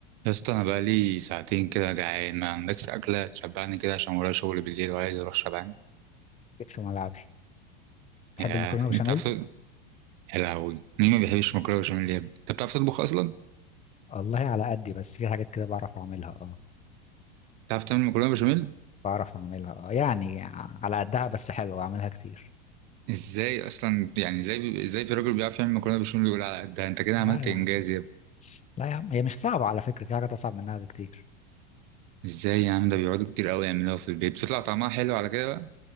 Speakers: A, on the right (about 55°); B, on the left (about 25°).
A: يا اسطى انا بقالي ساعتين كده جعان ما عندكش اكله تشبعني كده عشان ورايا شغل بالليل وعايز اروح شبعان
B: جيت في ملعبي تحب
A: يا
B: المكرونه
A: انت
B: بشاميل
A: بتعرف تطبخ يا لهوي مين ما بيحبش مكرونه بشاميل يا ابني انت بتعرف تطبخ اصلا
B: والله على قدي بس في حاجات كده بعرف اعملها اه
A: بتعرف تعمل مكرونه بشاميل
B: بعرف اعملها اه يعني على قدها بس حلوه اعملها كتير
A: ازاي اصلا يعني ازاي ازاي في راجل بيعرف يعمل مكرونه بشاميل يقول على قدها انت كده
B: لا
A: عملت
B: يا
A: انجاز
B: عم
A: يا ابني
B: لا يا عم هي مش صعبه على فكره في حاجات اصعب منها بكتير
A: ازاي يا عم ده بيقعدوا كتير قوي يعملوها في البيت بتطلع طعمها حلو على كده بقى